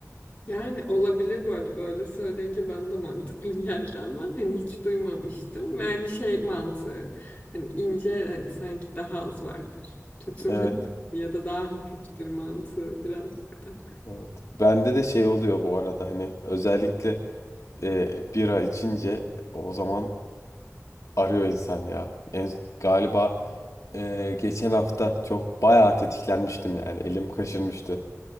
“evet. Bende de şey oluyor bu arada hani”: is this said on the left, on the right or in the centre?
Left